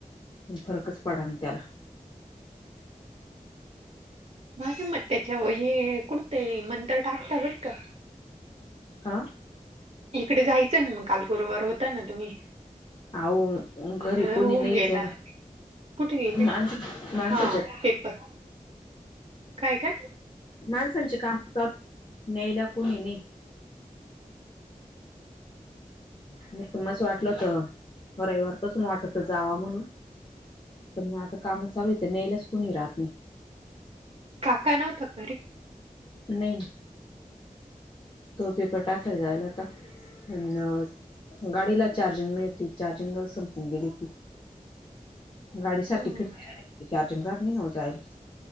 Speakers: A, on the left; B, on the right.
A: फरकच पडा ना त्याला
B: माझे मत त्याच्या ये कु <unintelligible> डतं मंतर टाकता बर का
A: हां.
B: इकडे जायचं ना मग काल गुरुवार होता ना तुम्ही
A: अहो घरी
B: अ
A: कोणी
B: होऊन
A: नाहीच
B: गेला
A: आहे ना
B: <inaudible> कुठ गेले
A: माणस माणसाच्या
B: हा पेपर काय, काय,
A: माणसांचे काम चालू, न्यायला कोुणी नाही. ह <inaudible> मस वाटलं होत, रविवारपासून वाटत जावा म्हणून पण माझं कामात चालू येतं न्यायलाच कुणी राहत नाही.
B: काका नव्हता का घरी?
A: नाही. तो पेपर टाकल जायला होता. पण गाडीला चार्जिंग नव्हती, चार्जिंग संपून गेली होती. गाडी सारखी
B: हा.
A: फिरते राहते. चारजिंग राहत नाही जायला.